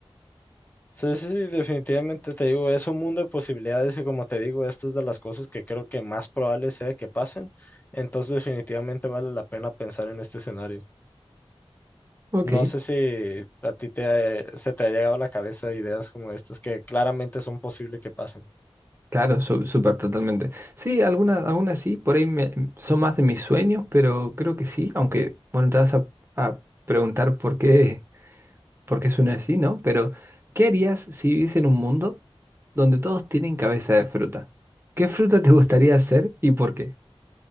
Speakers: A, on the left; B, on the right.
A: Sí, sí, sí, definitivamente te digo, es un mundo de posibilidades y como te digo, esta es de las cosas que creo que más probable sea que pasen, entonces definitivamente vale la pena pensar en este escenario.
B: Ok.
A: No sé si a ti te ha- eh, se te ha llegado a la cabeza ideas como estas que claramente son posibles que pasen.
B: Claro, su- súper, totalmente. Sí, algunas algunas sí, por ahí me- son más de mis sueños, pero creo que sí, aunque, bueno, te vas a, a preguntar por qué, <laughs> por qué suena así, ¿no? Pero, ¿qué harías si viviese en un mundo donde todos tienen cabeza de fruta? ¿Qué fruta te gustaría hacer y por qué?